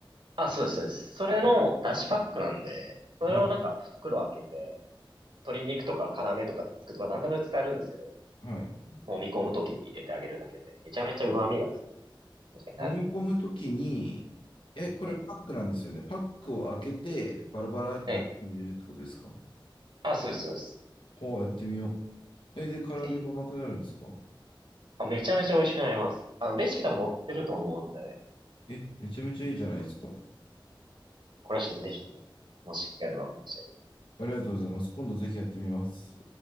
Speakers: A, on the right; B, on the left.
A: あ、そうです、そうです。それの出汁パックなんで、それをなんか袋開けて、
B: い。
A: 鶏肉とか唐揚げとか作るとか何でも使えるんですけど、
B: はい。
A: もみ込むときに入れてあげるだけで、めちゃめちゃ旨味が強いとかになるんで。
B: 揉み込むときに、え、これパックなんですよね。
A: ええ、
B: パックを開けて、バラバラって中に入れるってことですか。
A: ええ。あ、そうです、そうです。
B: ほう、やってみよう。え、で、唐揚げが甘くなるんですか。
A: ぜひ。あ、めちゃめちゃ美味しくなります。あの、レシピ多分載ってると思うので、
B: え、えめちゃめちゃいいじゃないですか。は
A: これはちょっとぜひ、もし機会があればお願いします。
B: いありがとうございます。今度ぜひやってみます。